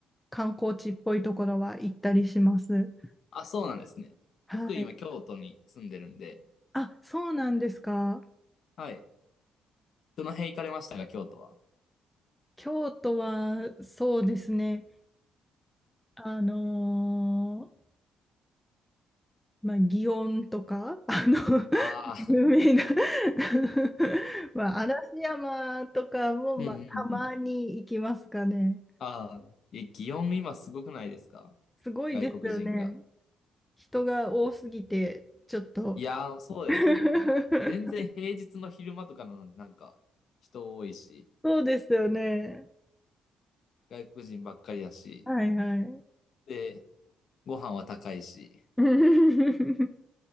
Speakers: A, in the centre; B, on the left.
A: 観光地っぽいところは行ったりします。
B: あ、そうなんですね。
A: はい。
B: 僕今、京都に住んでるんで、
A: あ、そうなんですか。
B: はい。どの辺行かれましたか、京都は。
A: 京都はそうですね。あのーまあ、祇園とか、あの <laughs>
B: ああ、
A: 有名な <laughs> まあ、嵐山とかも、
B: <laughs> うんうんうん。
A: まあ、たまに行きますかね。
B: ああ、え、祇園今すごくないですか
A: すごいですよね。
B: 外国人が。
A: 人が多すぎて、ちょっと。
B: いやー、そうですよね。
A: <laughs>
B: 全然平日の昼間とかなのになんか人多いし、
A: そうですよね。
B: 外国人ばっかりだし、
A: はいはい。
B: で、ご飯は高いし。
A: <laughs>